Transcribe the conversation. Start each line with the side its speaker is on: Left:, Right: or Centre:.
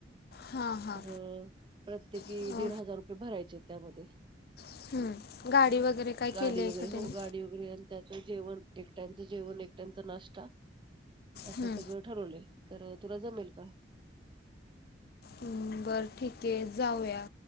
Left: हां हां
Right: तर प्रत्येकी
Left: हो.
Right: दीड हजार रुपये भरायचेत त्यामध्ये
Left: हं. गाडी वगैरे काय
Right: गाडी
Left: केली आहे
Right: वगैरे
Left: का त्यांनी
Right: हो गाडी वगैरे आणि त्याच जेवण एक टाईमच जेवण एक टाईमचा नास् <inaudible> असं
Left: हं.
Right: सगळं ठरवलय तर तुला जमेल का?
Left: हम्म बर ठीकये जाऊया.